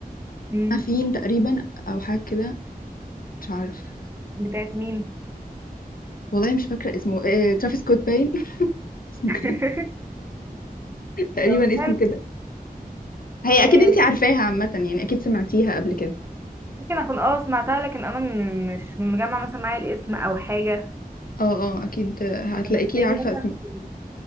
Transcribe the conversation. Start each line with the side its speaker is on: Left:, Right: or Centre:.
Right: امم
Left: ما فين تقريبا او حاجه كده مش عارفه
Right: بتاعت مين
Left: والله مش فاكره اسمه آه، ترافيس سكوت باين <laughs> اسمه
Right: <laughs>
Left: كده تقريبا
Right: طب
Left: اسمه
Right: حلو
Left: كده هي
Right: آه،
Left: اكيد انتي
Right: بت-
Left: عارفاها عامه يعني اكيد سمعتيها قبل كده
Right: ممكن اكون اه سمعتها لكن انا م- مش مجمع مثلا معايا الاسم او حاجه
Left: اه اه اكيد آه، هتلاقيكي
Right: انا تلاقيني
Left: عارفه
Right: مثلا
Left: اسم
Right: في